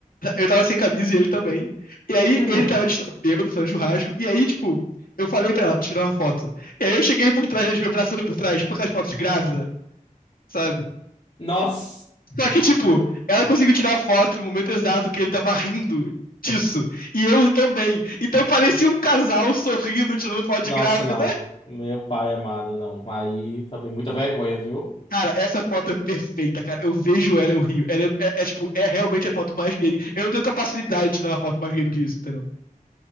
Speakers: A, on the left (about 80°); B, on the left (about 40°).
A: eu tava sem camisa e ele também. E aí
B: Uhum.
A: ele tava distra- bêbado fazendo churrasco. E aí, tipo, eu falei pra ela tirar uma foto. E aí eu cheguei por trás, a gente me abraçando por trás, por aquelas fotos de grávida, sabe?
B: Nossa!
A: Só que, tipo, ela conseguiu tirar foto no momento exato que ele tava rindo disso. E eu também. Então parecia um casal sorrindo, tirando foto de
B: Nossa,
A: grávida.
B: não. Meu pai amado, não. Aí também muita vergonha, viu?
A: Cara, essa foto é perfeita, cara. Eu vejo ela, eu rio. Ela é, é- é, tipo, é realmente a foto mais gay. Eu não tenho capacidade de tirar uma foto mais gay do que isso, entendeu?